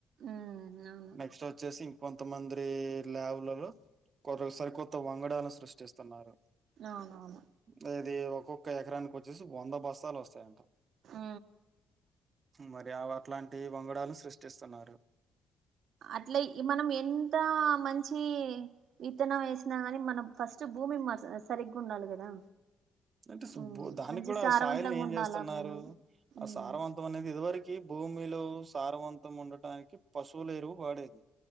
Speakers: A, on the right (about 70°); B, on the right (about 45°).
A: ఉమ్ అవును
B: నెక్స్ట్ వచ్చేసి కొంతమంది ల్యాబులలో కొ సరికొత్త వంగ డాలు సృష్టిస్తున్నారు
A: అవునవును
B: అంటే ఇది ఒక్కో ఒక ఎకరానికి వచ్చేసి వంద బస్తాలు వస్తాయంట
A: ఆ
B: మరి అవి అట్లాంటి వంగడాలు సృష్టిస్తున్నారు
A: అట్లే మనం ఎంత మంచి విత్తనం వేసినా కాని మనం ఫస్ట్ భూమి మ సరిగ్గా ఉండాలి కదా
B: అంటే సుబు
A: ఉమ్
B: దానికి
A: మంచి
B: కూడా
A: సారవంతంగా
B: ఆ సొయిల్ని ఏం
A: ఉండాలా
B: చేస్తున్నారు
A: భూమి
B: ఆ
A: ఉమ్
B: సారంవంతం అనేది ఇదివర కి భూమిలో సారవంతం ఉండటానికి పశువుల ఎరువు వాడేది